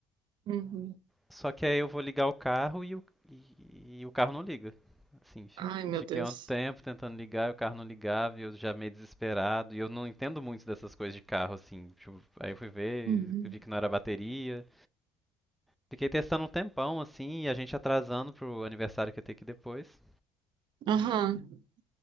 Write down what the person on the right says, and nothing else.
Uhum.
Ai, meu
Deus.
Uhum.
Aham.